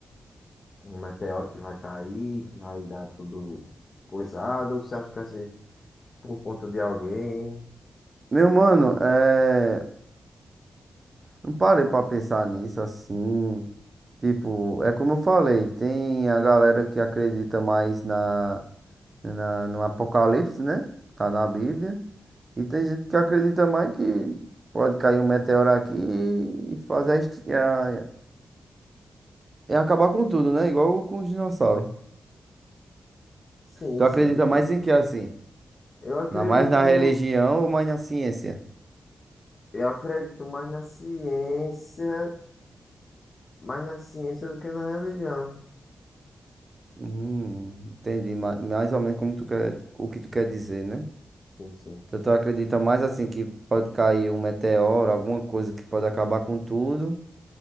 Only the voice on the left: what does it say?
um meteoro que vai cair, que vai dar tudo coisado? Ou você acha que vai ser por conta de alguém?
Sim,
sim,
tipo.
Eu acredito.
Eu acredito mais na ciência, mais na ciência do que na religião.
Sim, sim.